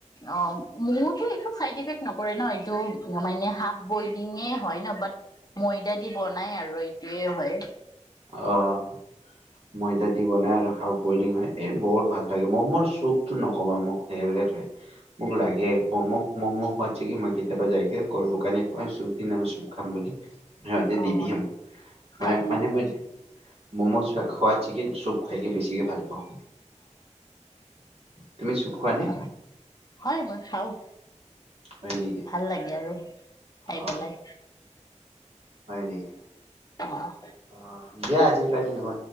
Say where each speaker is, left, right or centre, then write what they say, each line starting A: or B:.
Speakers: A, on the left; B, on the right.
A: অঁ মোৰতো একো চাইড ইফেক্ট নকৰে ন এইটো মানে হাফ বইলিঙে হয় ন বাট ময়দা দি বনাই আৰু এইটোয়ে হয়।
B: অঁ। ময়দা দি বনাই আৰু খা ব হয় এই বহুত ভাল লাগে ম মোৰ চুপতটো নকবা মোক সে থ মোক লাগে ম'ম' মম' খ কি মই কেতিয়াবা যাইগে কৰ দোকানে খ চুপ দি চুপ খাম বুলি। সিহঁতে
A: অ'।
B: দিদিহে মোক ম
A: হয় নেকি?
B: মানে মই ম'ম চোৱা খাওঁ সোৱাদ চিকে চুব খাই বেছিকৈ ভাল। পাওঁ তুমি চুপ খোৱা নে
A: অঁ হয় মই খাওঁ
B: হয় নেকি
A: ভাল লাগে আৰু খাই
B: অ
A: পেলাই।
B: হয় নেকি।
A: অ',
B: আহ দিয়া আজ কাৰালি